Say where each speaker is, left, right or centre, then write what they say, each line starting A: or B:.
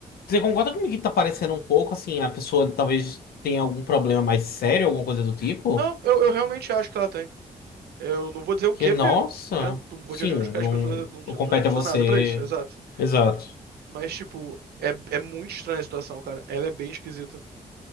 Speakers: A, on the left (about 70°); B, on the right (about 75°).
A: você concorda comigo que tá parecendo um pouco assim, a pessoa talvez tenha algum problema mais sério, alguma coisa do tipo?
B: Não, eu, eu realmente acho que ela tem. Eu não vou dizer o
A: Que,
B: quê,
A: nossa,
B: porque, né, não vou
A: sim,
B: diagnosticar
A: não,
B: as pessoas, não sou,
A: não compete
B: não sou- não sou
A: a você.
B: nada pra isso, exato.
A: Exato.
B: Mas, tipo, é, é muito estranha a situação, cara. Ela é bem esquisita.